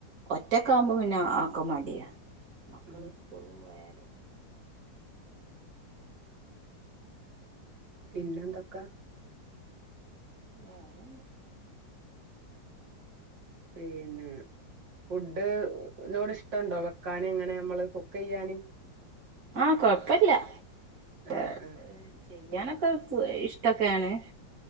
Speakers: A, on the right; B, on the right.
A: ഒറ്റക്കാവുമ്പോ പിന്നെ അതൊക്കെ മട്യാ മക്കള്
B: ഉം
A: സ്കൂള് പോയാലും
B: പിന്നെന്തൊക്ക
A: പിന്നെ വേറെന്താ
B: പിന്നെ ഫുഡ്നോട് ഇഷ്ട്ടണ്ടോ വെക്കാന് ഇങ്ങനെ നമ്മള് കുക്കെയ്യാന്
A: ആഹ് കൊഴപ്പല്ല
B: ആഹ്
A: ഏ
B: ആഹ്
A: അത് ചെയ്യാനൊക്കെ ഇഷ്ട്ടൊക്കാണ്